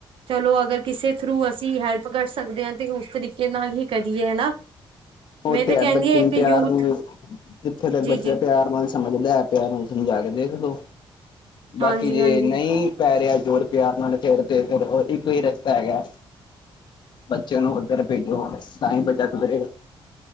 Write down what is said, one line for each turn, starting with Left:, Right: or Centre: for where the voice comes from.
Right: ਚਲੋ ਅਗਰ ਕਿਸੇ ਥਰੂ ਅਸੀਂ ਹੈਲਪ ਪਕੜ ਸਕਦੇ ਹਾਂ ਤੇ ਉਸ ਤਰੀਕੇ ਨਾਲ ਹੀ ਕਰੀਏ ਹਨਾ
Left: ਉਹ
Right: ਮੈਂ
Left: ਤੇ ਹੈ
Right: ਕਹਿੰਦੀ
Left: ਬੱਚੇ
Right: ਹਾਂ
Left: ਨੂੰ
Right: ਇੱਕ
Left: ਪਿਆਰ
Right: ਯੂਥ
Left: ਨੂੰ ਜਿੱਥੇ ਤੱਕ
Right: ਜੀ
Left: ਬੱਚੇ
Right: ਜੀ
Left: ਪਿਆਰ ਨਾਲ ਸ। ਸਮਝਦਾ ਪਿਆ ਹੁਣ ਸਮਝਾ ਕੇ ਦੇਖਲੋ
Right: ਹਾਂਜੀ
Left: ਬਾਕੀ ਜੇ
Right: ਹਾਂਜੀ
Left: ਨਹੀਂ। ਪੈ ਰਿਹਾ ਜੋੜ ਪਿਆਰ ਨਾਲ ਤੇ ਫਿਰ ਉਹ ਇੱਕੋ ਹੀ ਰਸਤਾ ਹੈਗਾ ਬੱਚਿਆਂ ਨੂੰ ਉੱਧਰ ਭੇਜੋ ਤਾਂ ਹੀ ਬੱਚਾ ਸੁਧਰੇਗਾ।